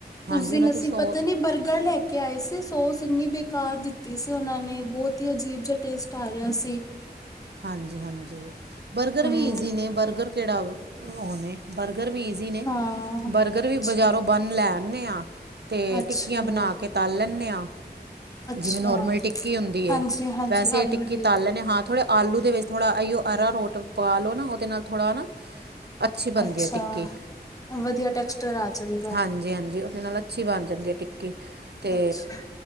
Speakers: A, on the right; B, on the left.
A: ਹਾਂਜੀ
B: ਉਸ ਦਿਨ
A: ਉਹਨਾਂ
B: ਅਸੀਂ
A: ਦੀ ਸੌ
B: ਪਤਾ ਨੀ ਬਰਗਰ ਲੈ ਕੇ ਕੇ ਆਏ ਸੀ ਸੋਸ ਇੰਨੀ ਬੇਕਾਰ ਦਿੱਤੀ ਸੀ, ਉਹਨਾਂ ਨੇ ਬਹੁਤ ਹੀ ਅਜੀਬ ਜ ਟੇਸਟ ਆ ਰਿਹਾ ਸੀ।
A: ਹਾਂਜੀ, ਬਰਗਰ
B: ਹਮ
A: ਵੀ ਈਜ਼ੀ ਨੇ ਬਰਗਰ ਕਿਹੜਾ ਉਹ ਨੇ ਬਰ ਗਰ ਵੀ ਜ਼ੀ ਨੇ
B: ਹਾਂ
A: ਬਰਗਰ ਵੀ ਬਜ਼ਾਰੋਂ
B: ਅੱਛਾ
A: ਬੰਨ ਲੈਣ ਕਹਿੰਨੇ ਹਾਂ। ਤੇ
B: ਅੱਛਾ
A: ਟਿੱਕੀਆਂ ਬਣਾ ਕੇ ਤਲ ਲੈਂਦੇ ਆਂ,
B: ਅੱਛਾ,
A: ਜਿਵੇਂ ਨੋਰਮਲ ਟਿੱਕੀ ਹੁੰਦੀ
B: ਹਾਂਜੀ
A: ਏ
B: ਹਾਂਜੀ
A: ਵੈਸੇ
B: ਆਲੂ
A: ਟਿੱਕੀ
B: ਦੀ
A: ਤਲ ਲੈਂਦੇ ਹਾਂ ਥੋੜ੍ਹਾ ਆਲੂ ਦੇ ਵਿੱਚ ਥੋ੍ੜਾ ਅਰਾਰੋਟ ਪਾ ਲਓ ਨਾ ਉਹਦੇ ਨਾਲ ਥੋੜ੍ਹਾ ਹਨਾ ਅੱਛੀ ਬਣਦੀ
B: ਅੱਛਾ
A: ਹੈ ਟਿੱਕੀ
B: ਵਧੀਆ ਟੈਕਸਚਰ ਆ ਜਾਂਦਾ
A: ਹਾਂਜੀ- ਹਾਂਜੀ ਉਹਦੇ ਨਾਲ ਅੱਛੀ ਬਣ ਜਾਂਦੀ ਹੈ ਟਿੱਕੀ ਤੇ
B: ਅੱਛਾ